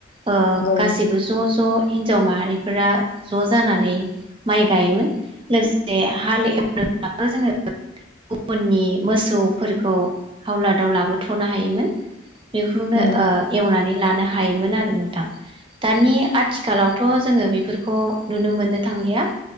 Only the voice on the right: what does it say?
ओ
गासिबो ज ज हिन्जाव माहारिफोरा ज जानानै माइ गायोमोन। लोगोसे हाल एवनोब्लाबो जोङो गुबुननि मोसौफोरखौ हावलादाव लाबोथनो हायोमोन। बेखौनो
ओ एवनानै लानो हा हायोमोन आरो नोंथां । दानि आथिखालावथ जोङो बेफोरखौ नुनो मोननो थांलिया ।